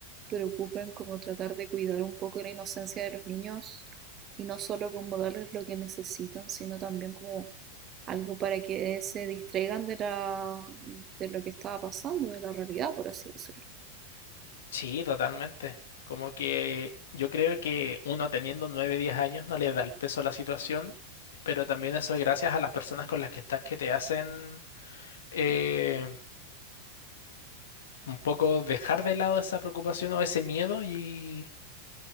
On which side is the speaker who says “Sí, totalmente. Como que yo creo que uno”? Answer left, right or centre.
Left